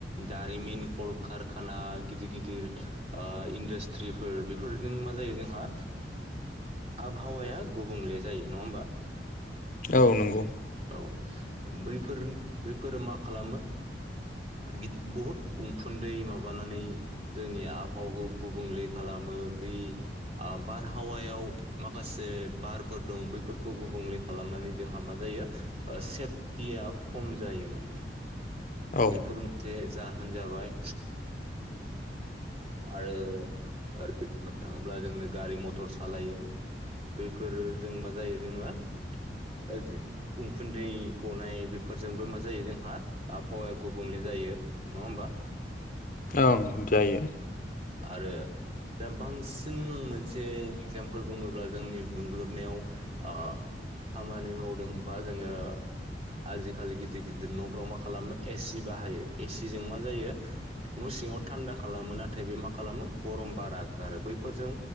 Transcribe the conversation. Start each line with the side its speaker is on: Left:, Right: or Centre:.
Right: दारिमिन कलकारखाना गिदिर गिदिर ओ इन्डास्ट्रिफोर बेफोरजों मा जायो जोंहा आबहावाया गुबुंले जायो नङा होमबा?
Left: औ नंगौ।
Right: औ बैफोर बैफोरो मा खालामो गिद बहुद उखुन्दै माबानानै जोंनि आबहावाखौ गुबुंले खालामो बै आ बारहावायाव माखासे बारफोर दं बैफोरखौ गुबुंले खालामनानै जोंहा मा जायो ओ सेफटिया खम जायो माने।
Left: औ
Right: बेफोर मोनसे जाहोन जाबाय। आरो ओरै बुंनो थाङोब्ला जोंनो गारि मथर सालायो‌ बैफोर जों मा जायो जोंहा ओ जि उखुन्दै गनाय बेफोरजोंबो मा जायो जोंहा आबहावाया गुबुंले जायो नङा होमबा?
Left: ओं जायो।
Right: आरो दा बांसिन मोनसे एक्जामपोल बुङोब्ला जोंनि दुंग्लोबनायाव ओ खामानि मावदों बा जोङो आजिखालि गिदिर गिदिर न'फ्राव मा खालामो एसि बाहायो एसिजों मा जायो न' सिङाव थान्दा खालामो नाथाय बे मा खालामो गरम बारा गारो आरो बैफोरजों